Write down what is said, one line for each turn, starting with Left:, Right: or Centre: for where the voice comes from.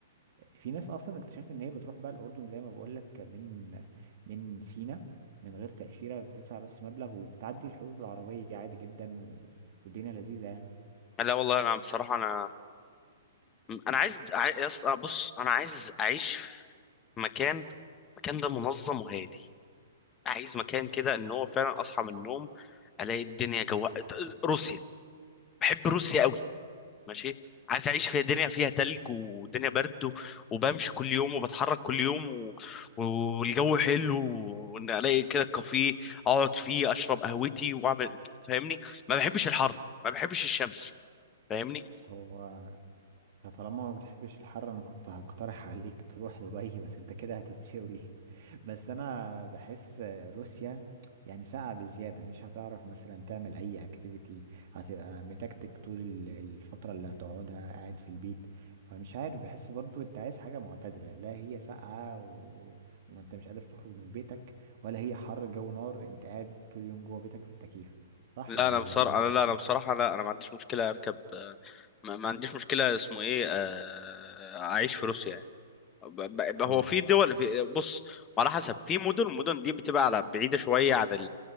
Right: في ناس اصلا اكتشفت ان هي بتروح بقى الاردن زي ما بقول لك من من سينا من غير تاشيره بتدفع بس مبلغ وبتعدي الحدود بالعربيه عادي جدا و... والدنيا لذيذه يعني
Left: لا والله انا بصراحه انا انا عايز عاي- يص- بص انا عايز اعيش في مكان مكان ده منظم وهادي عايز مكان كده ان هو فعلا اصحى من النوم الاقي الدنيا جو روسيا بحب روسيا قوي. ماشي عايز اعيش في دنيا فيها تلج ودنيا برد و- وبمشي كل يوم وبتحرك كل يوم و... و- والجو حلو وان الاقي كده كافيه اقعد فيه اشرب قهوتي واعمل فاهمني ما بحبش الحر ما بحبش الشمس فاهمني
Right: هو انت طالما ما بتحبش الحر انا كنت هقترح عليك تروح دبي بس انت كده هتتشوي <laughs> بس انا بحس روسيا يعني ساقعة بزيادة مش هتعرف مثلا تعمل اي اكتيفيتي هتبقى متكتك طول ال- الفترة اللي هتقعدها قاعد في البيت فمش عارف بحس برضو انت عايز حاجة معتدلة لا هي ساقعة و... وما انت مش قادر تخرج من بيتك ولا هي حر جو نار انت قاعد طول اليوم جوه بيتك في التكييف صح
Left: لا
Right: ولا
Left: انا بصراحه
Right: ولا انت
Left: انا لا انا بصراحه لا انا ما عنديش مشكله اركب آه، ما, ما عنديش مشكله اسمه ايه آه، اعيش في روسيا يعني ب- ب- هو
Right: اه
Left: في دول في بص وعلى حسب في مدن المدن دي بتبقى على بعيده شويه عن